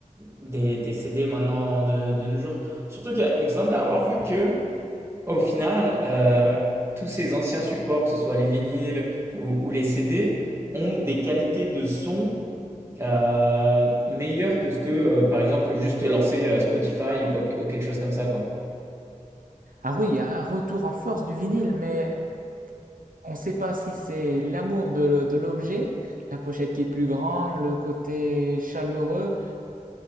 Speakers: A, on the right (about 20°); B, on the right (about 80°).
A: des, des CD maintenant de, de nos jours. Surtout qu'il me semblait avoir vu que au final, euh, tous ces anciens supports, que ce soit les vinyles ou, ou les CD, ont des qualités de son euh, meilleures que ce que, euh, par exemple, juste lancer euh, Spotify ou, quoi- ou quelque chose comme ça, quoi.
B: Ah oui, il y a un retour en force du vinyle, mais on ne sait pas si c'est l'amour de, de l'objet, la pochette qui est plus grande, le côté chaleureux.